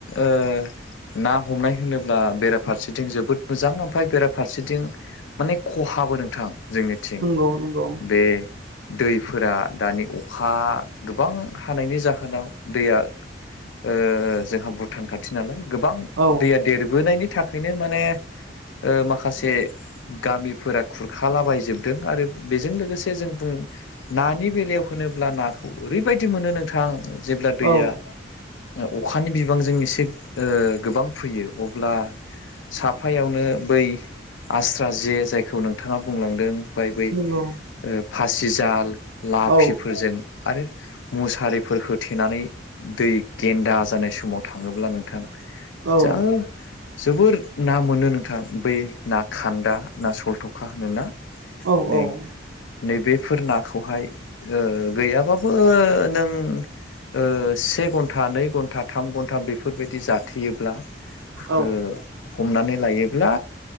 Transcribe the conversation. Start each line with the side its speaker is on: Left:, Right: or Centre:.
Left: ओ ना हमनाय होनोब्ला बेराफारसेथिं जोबोद मोजां ओमफफ्राय बेराफारसेथिं। माने खहाबो नोंथां जोंनिथिं
Right: नंगौ नंगौ
Left: बे। दैफोरा दानि अखा गोबां हानायनि जाहोनाव दैया। ओ जोंहा भुटान खाथि नालाय गोबां
Right: औ
Left: दैया देरबोनायनि। थाखायनो माने ओ माखासे गामिफोरा। खुरखालाबायजोबदों आरो बेजों लोगोसे जों बुं। नानि बेलायाव होनोब्ला नाखौ ओरैबायदि मोनो नोंथां जेब्ला दैया।
Right: औ
Left: अखानि बिबांजों एसे गोबां फैयो अब्ला। साफायावनो बै आस्रा जे जायखौ नों थाङा बुंलांदों बाय बै
Right: नंगौ
Left: फासिजाल लाफिफोरजों।
Right: औ
Left: आरो मुसारिफोर होथेनानै दै गेन्दा जानाय समाव थाङोब्ला नोंथां
Right: औ
Left: जा जोबोर ना मोनो नोंथां बै ना खान्दा ना सलथ'खा होनोना।
Right: औ
Left: नै।
Right: औ
Left: नै बेफोर नाखौहाय ओ गैयाबाबो नों ओ से घन्टा, नै घन्टा, थाम घन्टा बेफोरबायदि जाथेयोब्ला
Right: औ
Left: ओ हमनानै लायोब्ला